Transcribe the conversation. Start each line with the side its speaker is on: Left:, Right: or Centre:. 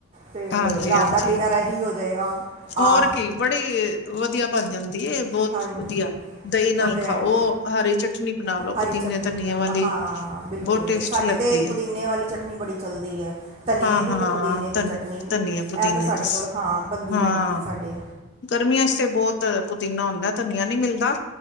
Right: ਤੇ,
Left: ਹਾਂਜੀ
Right: ਰਾਤ
Left: ਹਾਂਜੀ
Right: ਦਾ ਡਿਨਰ ਐਹੀ ਹੋ ਜਾਏਗਾ। ਆ
Left: ਹੋਰ ਕੀ, ਬੜੀ ਵਧੀਆ ਬਣ ਜਾਂਦੀ ਏ ਬਹੁਤ
Right: ਹਾਂਜੀ
Left: ਵਧੀਆ, ਦਹੀਂ ਨਾਲ
Right: ਉਹ ਤੇ ਹੈ
Left: ਖਾਓ,
Right: ਹੀ ਆ
Left: ਹਰੀ ਚਟਨੀ ਬਣਾ ਲਓ,
Right: ਹਰੀ
Left: ਪੁਤੀਨੇ
Right: ਚਟਨੀ
Left: ਧਨੀਏ
Right: ਮਤਲਬ
Left: ਵਾਲੀ
Right: ਹਾਂ ਬਿਲਕੁਲ
Left: ਬਹੁਤ ਟੇਸਟੀ,
Right: ਸਾਡੇ
Left: ਲੱਗਦੀ
Right: ਤੇ
Left: ਹੈ।
Right: ਪੁਦੀਨੇ ਵਾਲੀ ਚਟਨੀ, ਬੜੀ ਚੱਲਦੀ ਐ ਧਨੀਏ,
Left: ਹਾਂ
Right: ਦੀ
Left: ਹਾਂ
Right: ਤੇ ਪੁਦੀਨੇ ਦੀ
Left: ਧਨ
Right: ਚਟਨੀ,
Left: ਧਨੀਏ ਪੁਦੀਨੇ
Right: ਇਹ ਤਾਂ ਸਾਡੇ
Left: ਦੀ
Right: ਕੋਲ ਹਾਂ ਬਣਦੀ
Left: ਹਾਂ
Right: ਰਹਿੰਦੀ ਹੈ ਸਾਡੇ
Left: ਗਰਮੀਆਂ ਵਿਚ', ਬਹੁਤ ਪੁਦੀਨਾ ਹੁੰਦਾ, ਧਨੀਆ ਨਹੀਂਮਿਲਦਾ